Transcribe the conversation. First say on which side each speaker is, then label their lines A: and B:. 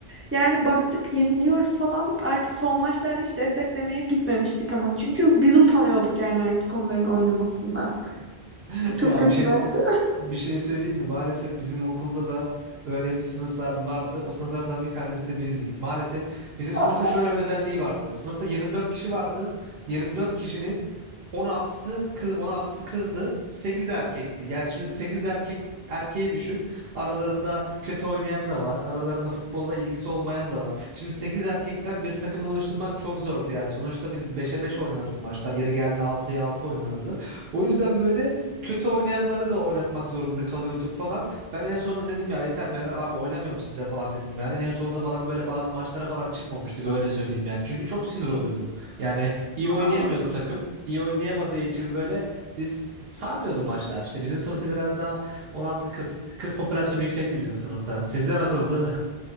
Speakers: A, on the right; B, on the right.
A: Yani baktık yeniliyoruz falan. Artık son maçlarda hiç desteklemeye gitmemiştik ama. Çünkü biz utanıyorduk yani artık onların oynamasından.
B: <laughs>
A: Çok
B: Ya
A: kötülerdi.
B: bir şey Bir şey söyleyeyim mi? Maalesef bizim okulda da öyle bir sınıflar vardı. O sınıflardan bir tanesi de bizdik. Maalesef bizim sınıfın
A: <laughs> Aa,
B: şöyle bir özelliği vardı. Sınıfta 24 kişi vardı. yirmi dört kişinin 16'sı kız 16'sı kızdı. 8 erkekti. Yani şimdi 8 erkek erkeği düşün. Aralarında kötü oynayan da var. Aralarında futbolla ilgisi olmayan da var. Şimdi 8 erkekten bir takım oluşturmak çok zordu yani. Sonuçta biz beşe 5 oynanırdı maçlar. Yeri geldiğinde altıya 6 oynanırdı. O yüzden böyle kötü oynayanları da oynatmak zorunda kalıyorduk falan. Ben en sonunda dedim ya yeter ben abi oynamıyorum sizle falan dedim yani. En sonunda falan böyle bazı maçlara falan çıkmamıştık öyle söyleyeyim yani. Çünkü çok sinir oluyordum. Yani iyi
A: aa.
B: oynayamıyordu takım iyi oynayamadığı için böyle biz sarmıyordu maçlar. İşte bizim sınıfta biraz daha 16 kız kız popülasyonu yüksekti bizim sınıfta. Sizde nasıldı?